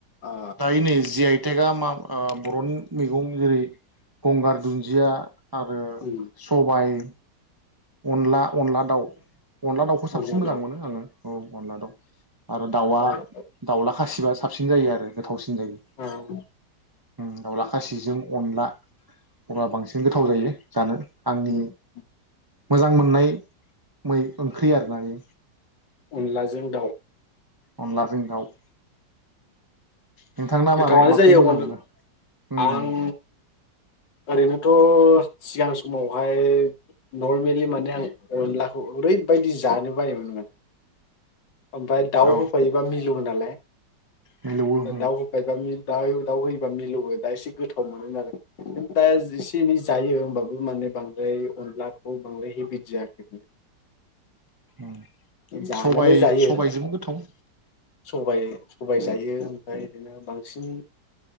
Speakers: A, on the left (about 85°); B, on the right (about 30°).
A: ओ
B: दायो नै जि आइ टेगा मा ओ बर'नि मैगं जेरै गंगार दुन्दिया आरो
A: उम
B: सबाइ अनला अनला दाउ अनला दाउखौ साबसिन
A: अनला
B: मोजां
A: दाउ
B: मोनो आङो औ अनला दाउ आरो दाउआ
A: अनला
B: दाउला खासिबा सो साबसिन जायो आरो गोथावसि सिन जायो
A: ओ
B: उम दावला खासिजों अनला अब्ला बांसिन गोथाव जायो जानो
A: <inaudible>
B: आंनि मोजां मोननाय मै ओंख्रि आरोना बे
A: अनलाजों दाउ
B: अनलाजों दाउ नोंथांना
A: गोथावानो
B: मारै माखौ
A: जायो।
B: मोजां
A: अन
B: मोनो उम
A: आं ओरैनोथ' सिगां समावहाय नर्मेलि माने आं अनलाखौ ओरैबायदि जानो बायोमोन माने ओमफाय दाउ
B: औ
A: होफायोबा मिलौओ नालाय
B: मिलौवो उम
A: दा दाउ होफायोबा मिल दयु दाउ होयोबा मिलौओ दा एसे गोथाव मोनो नालाय दा एसे एनै जायो होमबाबो माने बांद्राय अनलाखौ बांद्राय हेबिट जायाखै
B: ओ
A: जानायालाय
B: सबाय
A: जायो
B: सबायजोंबो गोथाव
A: सबाय सबाय जायो ओमफाय बिदिनो बांसिन